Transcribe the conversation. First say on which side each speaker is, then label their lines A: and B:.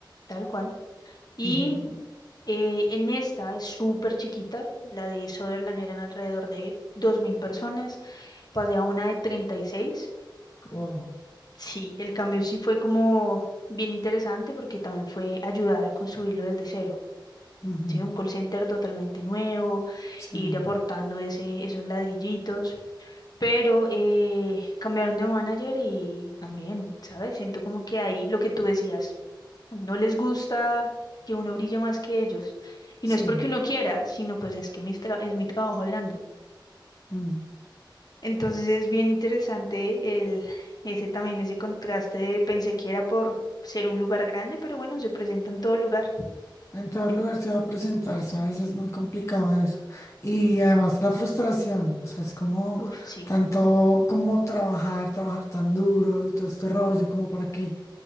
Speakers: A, on the left; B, on the left.
A: tal cual. Y
B: Ujú,
A: Eh, en esta es súper chiquita, la de Sutherland eran alrededor de 2.000 personas, pasé a una de 36.
B: Wow.
A: Sí, el cambio sí fue como bien interesante porque también fue ayudar a construirlo desde cero.
B: ujú,
A: Sí, un call center totalmente nuevo,
B: Sí,
A: ir aportando ese, esos ladrillitos, pero eh, cambiaron de manager y también, ¿sabes? Siento como que ahí lo que tú decías. No les gusta que uno brille más que ellos.
B: sí.
A: Y no es porque uno quiera, sino pues es que mis tra- es mi trabajo hablando.
B: mm.
A: Entonces es bien interesante el, ese también, ese contraste de pensé que era por ser un lugar grande, pero bueno, se presenta en todo lugar.
B: En todo lugar se va a presentar, ¿sabes? Es muy complicado eso. Y además la frustración, o sea, es como
A: Uf, sí.
B: tanto como trabajar, trabajar tan duro y todo este rollo, como para qué.